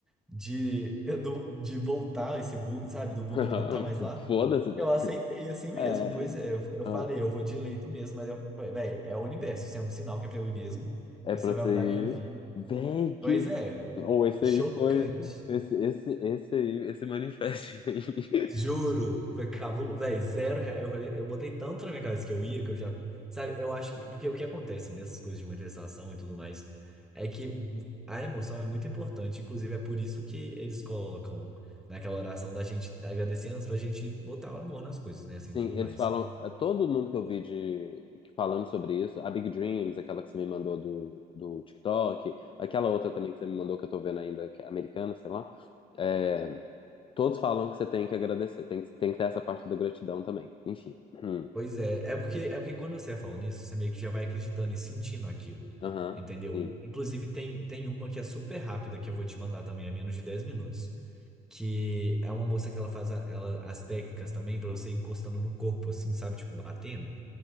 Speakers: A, in the centre; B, on the left (about 30°).
A: de do- de voltar esse bug, sabe, do bug
B: <laughs>
A: não tá mais lá.
B: Foda-se, velho.
A: Eu aceitei assim mesmo,
B: É.
A: pois é. Eu, eu falei,
B: Ah,
A: eu vou de leito mesmo, mas eu falei, velho, é o universo, isso é um sinal que é pra eu ir mesmo.
B: É
A: Isso
B: pra você
A: vai mudar minha vida.
B: ir. Véi, que.
A: Pois é,
B: Ou esse
A: chocante.
B: aí foi. Esse, esse, esse aí, esse manifesto aí. <laughs>
A: Juro, foi cabuloso. Velho, zero real. Eu falei, eu botei tanto na minha cabeça que eu ia, que eu já. Sabe, eu acho que. Porque o que acontece nessas coisas de manifestação e tudo mais é que a emoção é muito importante. Inclusive, é por isso que eles colocam naquela oração da gente agradecer antes pra gente botar o amor nas coisas, né? Assim,
B: Sim,
A: tudo
B: eles
A: mais.
B: falam. é, Todo mundo que eu vi de, que- falando sobre isso, a Big Dreams, aquela que você me mandou do, do TikTok, aquela outra também que você me mandou que eu tô vendo ainda, que é americana, sei lá. é, Todos falam que você tem que agradecer, tem, que- tem que ter essa parte da gratidão também. Enfim. Hum.
A: Pois é, é porque, é porque quando você vai falando isso, você meio que já vai acreditando e sentindo aquilo,
B: Aham,
A: entendeu?
B: sim.
A: Inclusive, tem, tem uma que é super rápida, que eu vou te mandar também, é menos de 10 minutos, que é uma moça que ela faz a- ela, as técnicas também pra você ir encostando no corpo, assim, sabe? Tipo, batendo.